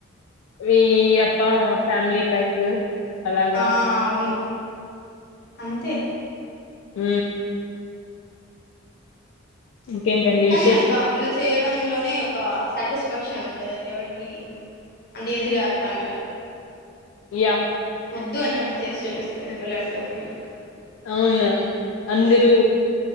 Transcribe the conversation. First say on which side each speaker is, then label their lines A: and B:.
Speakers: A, on the left; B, on the left.
A: ఈ యప్ప ఫ్యామిలీ ప్యాక్ అలాగ
B: ఆ అవును అంతే
A: ఊ ఇంకేంటండి
B: కానీ
A: విశేషం
B: అట్ల అట్ల చేయడంలోనే ఒక సాటిస్ఫాక్షన్ ఉంటది అది ఎవడికి అంత ఈజీగా ఆర్పం కాదు
A: యా
B: ఓద్దు అన్నప్పుడు చేసి చూపిస్తుంది బలే వుంటది ఫీలింగ్
A: అవును అందరూ